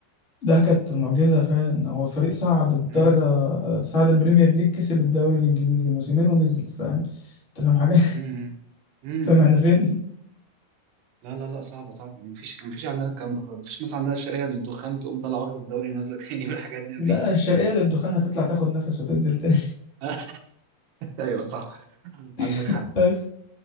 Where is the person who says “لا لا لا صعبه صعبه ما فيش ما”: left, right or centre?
Right